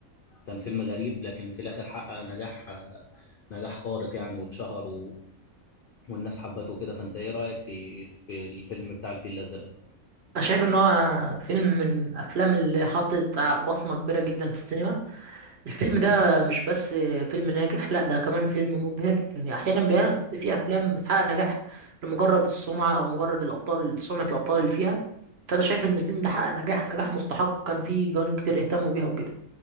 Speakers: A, on the left; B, on the right.
A: كان فيلم غريب لكن في الاخر حقق نجاح نجاح خارق يعني واتشهر و... والناس حبته وكده فانت ايه رايك في في الفيلم بتاع الفيل الازرق ده؟
B: انا شايف ان هو فيلم من الافلام اللي حطت بصمة كبيرة جدا في السينما الفيلم ده مش بس فيلم ناجح لا ده كمان فيلم مبهر يعني احيانا بيبقى في افلام بتحقق نجاح لمجرد السمعة او مجرد الابطال سمعة الابطال اللي فيها فانا شايف ان الفيلم ده حقق نجاح نجاح مستحق كان فيه جوانب كتير اهتموا بيها وكده